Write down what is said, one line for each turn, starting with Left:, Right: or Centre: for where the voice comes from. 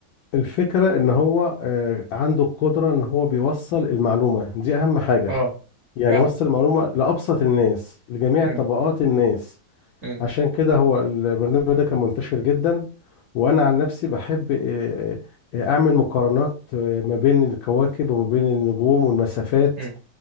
Left: الفكرة ان هو آه، عنده القدرة ان هو بيوصل المعلومة دي اهم حاجة
Right: اه
Left: يعني
Right: فعلا
Left: يوصل المعلومة لأبسط الناس لجميع
Right: مم.
Left: طبقات الناس
Right: مم.
Left: عشان كده هو البرنامج ده كان منتشر جدا وانا عن نفسي بحب آه، آه، آه، اعمل مقارنات آه، ما بين الكواكب وما بين النجوم والمسافات
Right: مم.